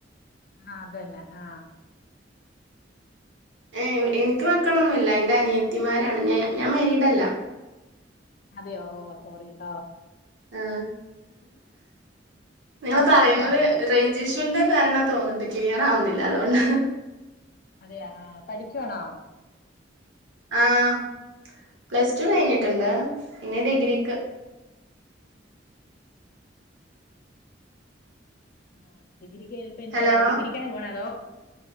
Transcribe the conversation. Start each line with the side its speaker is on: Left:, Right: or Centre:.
Left: ആ അതന്നെ ആ
Right: ഏ എനിക്ക് മക്കളൊന്നുംല്ല്യ എൻ്റെ അനിയത്തിമാരാണ് ഞ ഞാൻ മേരീടല്ല
Left: അതെയോ ഓ സോറീട്ട
Right: ആ നിങ്ങൾ
Left: പഠിക്കുവാ
Right: പറയുന്നത്
Left: അപ്പം
Right: റെയ് ജിഷുവിന്റെ കാരണാ തോന്ന്ണ്ട് ക്ലിയർ ആവുന്നില്ല അതുകൊണ്ടാ
Left: അതെയാ ആ പഠിക്കുവാണോ
Right: ആഹ് പ്ലസ് ടു കഴിഞ്ഞിട്ടുണ്ട് ഇനി ഡിഗ്രിക്ക്
Left: ആഹ് ഡിഗ്രിക്ക് പിന്നെ
Right: ഹലോ
Left: ഡിഗ്രിക്കാണ് പോണ അതോ